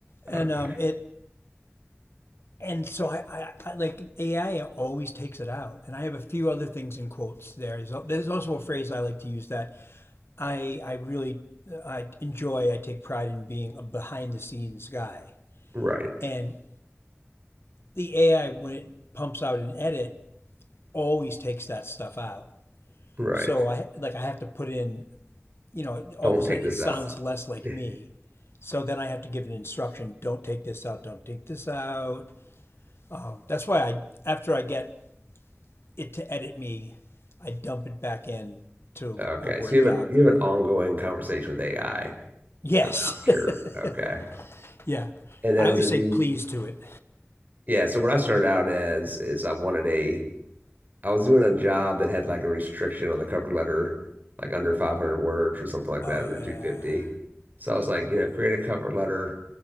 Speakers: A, on the left (about 65°); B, on the right (about 45°).
A: and
B: Okay.
A: um, it and so I, I, I like AI always takes it out, and I have a few other things in quotes there. There's, there's also a phrase I like to use that I I really uh, I enjoy. I take pride in being a behind the scenes guy.
B: Right.
A: And the AI when it pumps out an edit always takes that stuff out.
B: Right.
A: So I like I have to put in. You know, all
B: Don't
A: of a sudden
B: take this
A: it sounds
B: out.
A: less like
B: <laughs>
A: me. So then I have to give an instruction: don't take this out, don't take this out. Um, that's why I, after I get it to edit me, I dump it back in to
B: Okay.
A: a Word
B: So you have
A: doc
B: an you
A: or
B: have an ongoing conversation with AI
A: yes,
B: about
A: <laughs>
B: your okay.
A: yeah.
B: And then
A: I
B: as
A: always
B: a new
A: say please to it.
B: yeah, so what I started out as is I wanted a I was doing a job that had like a restriction on the cover letter, like under 500 words or something like
A: Oh
B: that,
A: yeah.
B: under 250. So I was like, you know, create a cover letter